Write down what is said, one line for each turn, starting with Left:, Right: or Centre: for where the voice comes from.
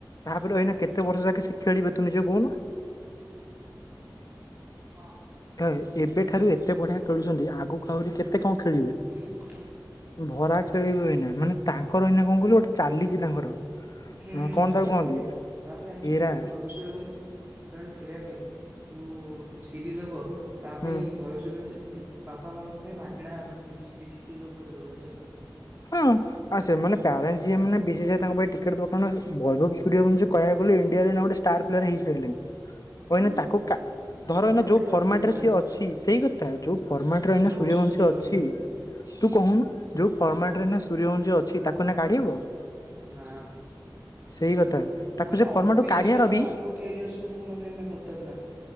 Left: ତାପରେ
Right: ହୁଁ
Left: ଏନା କେତେ ବର୍ଷ ଯାକେ ଶିଖ୍ ଖେଳିବେ ତୁ ନିଜେ କହୁନୁ।
Right: ହଁ।
Left: ହେ ଏବେଠାରୁ ଏତେ ବଢିଆ ଖେଳୁଛନ୍ତି। ଆଗକୁ ଆହୁରି କେତେ କଣ ଖେଳିବେ
Right: ହୁଁ ହୁଁ।
Left: ଭରା ଖେଳିବେ ଏଇନା। ମାନେ ତାଙ୍କ ଙ୍କର ନା କଣ କହିଲୁ ଗୋଟେ ଚାଲିଛି ତାଙ୍କର।
Right: ହୁଁ
Left: ହଁ କଣ
Right: ତାପରେ
Left: ତାକୁ କୁହନ୍ତି
Right: କେତେ ତାପରେ ଜାଣିଛ
Left: ଏରା
Right: ଏଇ ଯୋଉ ଭବେଶ୍ୱର ବଂଶୀ ଯିବ ଇଂଲଣ୍ଡ ଖେଳିବା ପାଇଁ। ଯୋଉ ସିରିଜ ହବ। ତା
Left: ହୁଁ
Right: ପାଇଁ ଭୟସୂରୀୟ ବଂଶୀରେ ବାପା ମାଆଙ୍କ ପାଇଁ ମାଗଣା ବିବି ପିସି ସିଏ ଯୋଉ ସବୁ ପଇସା ଦେଉ ଚୁ ତ
Left: ହଁ ଆଉ ସେମାନେ ପ୍ୟାରେଣ୍ଟ ଯିଏ ମାନ ବିଶେଷ ତାଙ୍କ ପାଇଁ ଟିକେଟ ଦୋକାନ ଭୈରବ ସୂର୍ଯ୍ୟବଂଶୀ କହିବାକୁ ଗଲେ ଇଣ୍ଡିଆରେ ନ ଗୋଟେ ଷ୍ଟାର ପ୍ଲେୟାର ହେଇସାରିଲଣି।
Right: ଆଉ
Left: କହିନେ
Right: ମାନେ
Left: ତାକୁ
Right: ତାପରେ
Left: ଧର
Right: କୋଟି
Left: ଏଇନା
Right: କୋଟି
Left: ଯୋଉ
Right: ଟଙ୍କା
Left: ଫର୍ମାଟ
Right: ଇନକମ୍ କଲାଣି
Left: ରେ ସିଏ
Right: ସେ।
Left: ଅଛି। ସେଇ କଥା ଯୋଉ ଫର୍ମାଟ
Right: ପନ୍ଦର
Left: ରେନା ସୂର୍ଯ୍ୟବଂଶୀ
Right: ବର୍ଷର ଛୁଆ
Left: ଅଛି।
Right: ଫେରେ
Left: ତୁ କହୁନୁ ଯୋଉ ଫର୍ମାଟ୍ ରେ ଏଇନା ସୂରୀୟ ବଂଶୀ ଅଛି ତାକୁ ଏଇନା କାଢି ହବ।
Right: ନା
Left: <inaudible> ସେଇ କଥା ତାକୁ
Right: ମାନେ
Left: ସେ ଫର୍ମା
Right: ଅଭିଷେକ
Left: ଟୁ କାଢିଆର
Right: ଶର୍ମା
Left: ବି
Right: ୟାଙ୍କ କ୍ୟାରିୟର ସବୁ ମାନେ ଏଇନା ଖତରନାକ।